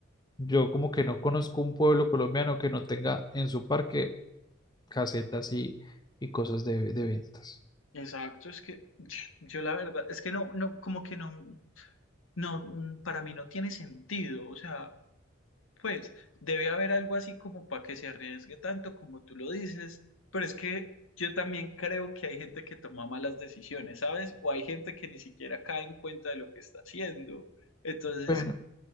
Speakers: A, on the left; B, on the left.
A: yo como que no conozco un pueblo colombiano que no tenga en su parque casetas y, y cosas de, de ventas.
B: Exacto, es que <sniffs> <tsk> yo la verdad, es que no, no, como que no, no, mm, para mí no tiene sentido, o sea, pues debe haber algo así como para que se arriesgue tanto como tú lo dices, pero es que yo también creo que hay gente que toma malas decisiones, ¿sabes? O hay gente que ni siquiera cae en cuenta de lo que está haciendo, entonces,
A: Bueno,